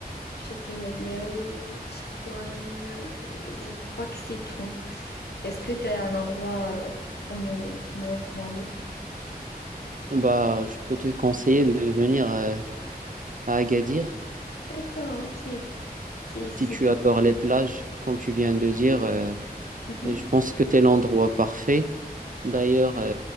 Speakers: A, on the left (about 85°); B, on the right (about 55°).
A: j'ai fait Ouadélouo, Tétouan, et je crois que c'est tout. Est-ce que tu as un endroit euh, pour me, pour me recommander?
B: bah je peux te conseiller de venir euh, à Agadir.
A: D'accord, ok. C'est ici.
B: Si tu adores les plages, comme tu viens de dire, euh,
A: Mhm.
B: je pense que c'est l'endroit parfait. D'ailleurs, euh,